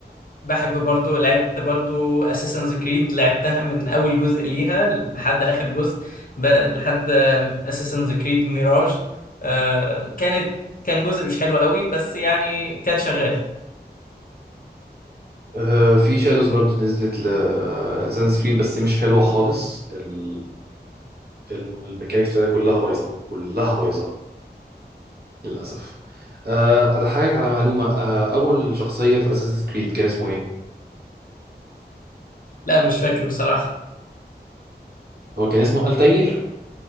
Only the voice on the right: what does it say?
آه، في شادوز برضو نزلت ل اساسن كريد بس دي مش حلوه خالص ال- الميكانيكس بتاعتها كلها بايظه كلها بايظه للاسف آه، اضحكك على معلومه آه، اول شخصيه في اساسن كريد كان اسمه ايه
هو كان اسمه التاير